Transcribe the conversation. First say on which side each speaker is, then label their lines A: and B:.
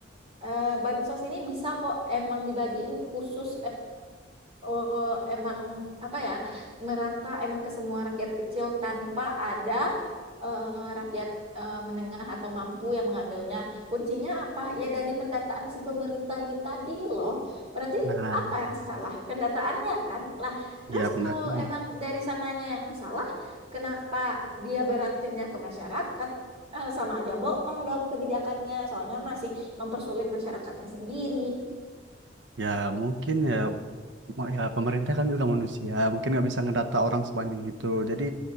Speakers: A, on the right; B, on the right.
A: eh, bansos ini bisa kok emang dibagiin khusus oh, emang apa ya merata emang ke semua rakyat kecil tanpa ada eh, rakyat eh, menengah atau mampu yang mengambilnya. Kuncinya apa? Ya dari pendataan si pemerintah ini tadi loh. Berarti
B: Nah,
A: apa yang salah? Pendataannya kan. Lah, terus
B: ya pendataan.
A: kalau emang dari sananya yang salah, kenapa dia beratinnya ke masyarakat? Eh, sama aja bohong dong kebijakannya. Soalnya masih mempersulit masyarakatnya sendiri.
B: Ya mungkin ya, ma- ya pemerintah kan juga manusia, mungkin nggak bisa ngedata orang sebanyak itu. Jadi